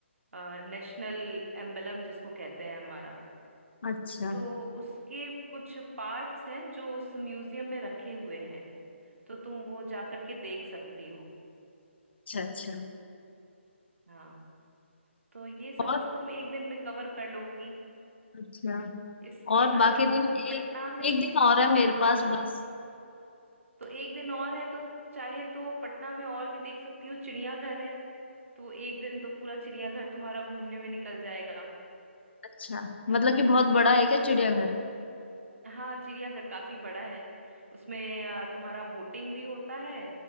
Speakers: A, on the right; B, on the left.
A: नेशनल एम्बलम जिसको कहते हैं हमारा
B: अच्छा
A: तो उसके कुछ पार्ट्स हैं जो उस म्यूजियम में रखे हुए हैं तो तुम वो जाकर के देख सकती हो
B: अच्छा अच्छा
A: हाँ तो ये सब
B: और
A: तो तुम एक दिन में कवर कर लोगी
B: अच्छा
A: इसके
B: और बाकी
A: अलावा
B: दिन
A: तुम
B: एक
A: पटना में
B: एक दिन और है मेरे
A: हाँ
B: पास बस
A: तो एक दिन और है तो चाहे तो पटना में और भी देख सकती हो चिड़ियाघर है तो एक दिन तो पूरा चिड़ियाघर तुम्हारा घूमने में निकल जाएगा
B: अच्छा मतलब कि बहुत बड़ा है क्या चिड़ियाघर
A: हाँ चिड़ियाघर काफी बड़ा है उसमें अ, तुम्हारा बोटिंग भी होता है